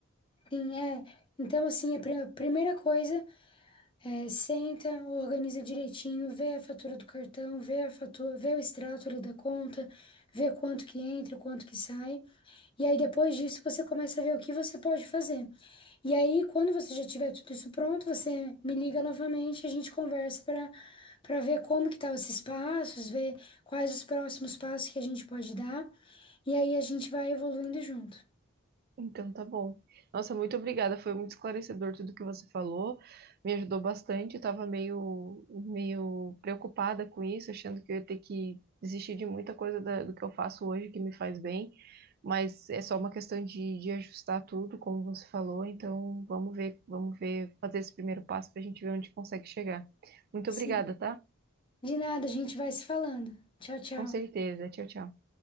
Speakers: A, on the left; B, on the right.
A: Sim, é. Então, assim, a pri- primeira coisa é senta, organiza direitinho, vê a fatura do cartão, vê a fatura, vê o extrato ali da conta, vê quanto que entra, quanto que sai. E aí, depois disso, você começa a ver o que você pode fazer. E aí, quando você já tiver tudo isso pronto, você me liga novamente, a gente conversa para para ver como que tá esses passos, ver quais os próximos passos que a gente pode dar. E aí a gente vai evoluindo junto.
B: Então tá bom. Nossa, muito obrigada. Foi muito esclarecedor tudo que você falou. Me ajudou bastante. Eu tava meio, meio preocupada com isso, achando que eu ia ter que desistir de muita coisa da- do que eu faço hoje que me faz bem. Mas é só uma questão de, de ajustar tudo, como você falou. Então vamos ver, vamos ver, fazer esse primeiro passo para a gente ver onde consegue chegar. Muito
A: Sim.
B: obrigada, tá?
A: De nada, a gente vai se falando. Tchau, tchau.
B: Com certeza. Tchau, tchau.